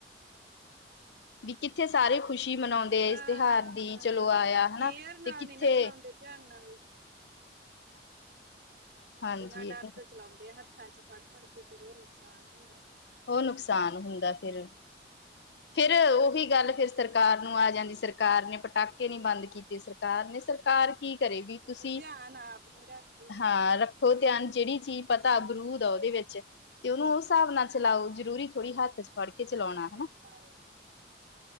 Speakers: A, on the left; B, on the right.
A: ਵੀ ਕਿੱਥੇ ਸਾਰੇ ਖੁਸ਼ੀ ਮਨਾਉਂਦੇ ਆ
B: ਆਹ
A: ਇਸ ਤਿਉਹਾਰ ਦੀ
B: ਹਾਂਜੀ
A: ਚਲੋ ਆਇਆ
B: ਹਾਂ ਕੇਅਰ
A: ਹਨਾ ਤੇ
B: ਨਾਲ
A: ਕਿੱਥੇ
B: ਨੀ ਨਾ ਚਲਾਉਂਦੇ ਧਿਆਨ ਨਾਲ ਵੀ
A: ਹਾਂਜੀ
B: ਬਿਨਾਂ ਡਰ
A: ਇਹ ਤਾਂ
B: ਤੋਂ ਚਲਾਉਂਦੇ ਆੱ ਹੱਥਾਂ ਚ ਫੜ ਫੜ ਕੇ ਫੇਰ ਉਹ ਨੁਕਸਾਨ ਹੁੰਦਾ
A: ਉਹ ਨੁਕਸਾਨ ਹੁੰਦਾ ਫਿਰ ਫੇਰ ਉਹੀ ਗੱਲ ਫਿਰ ਸਰਕਾਰ ਨੂੰ ਆ ਜਾਂਦੀ ਸਰਕਾਰ ਨੇ ਪਟਾਕੇ ਨੀ ਬੰਦ ਕੀਤੇ ਸਰ ਸਰਕਾਰ ਨੇ ਸਰਕਾਰ ਕੀ ਕਰੇ ਗੀ
B: ਸਹੀ
A: ਤੁਸੀਂ
B: ਧਿਆਨ ਆਪ ਨੀ ਰੱਖਦੇ।
A: ਹਾਂ ਹੋ ਧਿਆਨ ਜਿਹੜੀ ਚੀਜ਼ ਪਤਾ ਬਰੂਦ ਆ ਉਹਦੇ ਵਿੱਚ ਤੇ ਉਹਨੂੰ ਉਸ ਹਿਸਾਬ ਨਾਲ ਚਲਾਓ ਜਰੂਰੀ ਥੋੜ੍ਹੀ ਹੱਥ ਚ ਫੜ ਕੇ
B: ਦੂਰ
A: ਚਲਾਉਣਾ
B: ਰੱਖ ਕੇ
A: ਹਨਾ
B: ਚਲਾਓ।